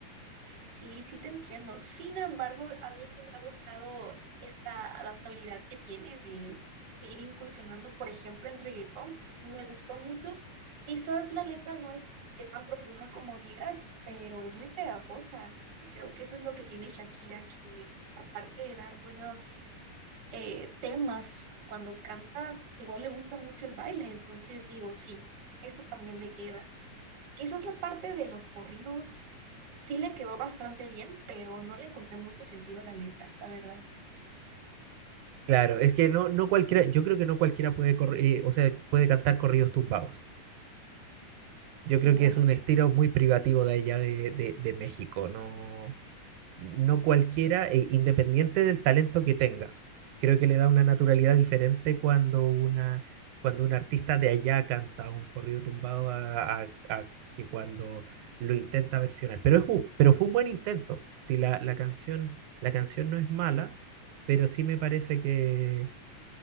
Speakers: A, on the right; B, on the right.
A: sí, sí te entiendo. Sin embargo, a mí sí me ha gustado esta adaptabilidad que tiene de seguir incursionando, por ejemplo, en reggaetón. Me gustó mucho. Quizás la letra no es, es tan profunda como digas, pero es muy pegajosa. Y creo que eso es lo que tiene Shakira, que aparte de dar buenos eh, temas cuando canta, igual le gusta mucho el baile. Entonces digo, sí, esto también le queda. Quizás la parte de los corridos sí le quedó bastante bien, pero no le encontré mucho sentido a la letra, la verdad.
B: Claro, es que no, no cualquiera, yo creo que no cualquiera puede, corri- eh, o sea, puede cantar corridos tumbados. Yo
A: Sí,
B: creo
A: no,
B: que es
A: no.
B: un estilo muy privativo de allá de, de, de México, no, no cualquiera, e independiente del talento que tenga. Creo que le da una naturalidad diferente cuando una, cuando un artista de allá canta un corrido tumbado a, a- a que cuando lo intenta versionar. Pero, es, un- pero fue un buen intento. Si la, la canción, la canción no es mala, pero sí me parece que,